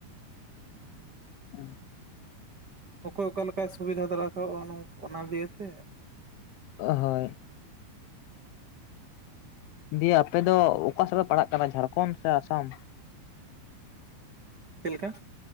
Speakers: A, on the left (about 80°); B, on the right (about 60°).
A: ᱦᱮᱸ
B: ᱚᱠᱚᱭ ᱚᱠᱟ ᱞᱮᱠᱟᱭ ᱥᱩᱵᱤᱫᱷᱟ ᱫᱟᱨᱟ ᱠᱟᱜᱼᱟ ᱚᱱᱟ ᱫᱤᱭᱮᱛᱮ
A: ᱚ ᱦᱳᱭ ᱫᱤᱭᱮ ᱟᱯᱮ ᱫᱚ ᱚᱠᱟ ᱥᱮᱫ ᱯᱮ ᱯᱟᱲᱦᱟᱜ ᱠᱟᱱᱟ ᱡᱷᱟᱲᱠᱷᱚᱱᱰ ᱥᱮ ᱟᱥᱟᱢ?
B: ᱪᱮᱫ ᱞᱮᱠᱟ?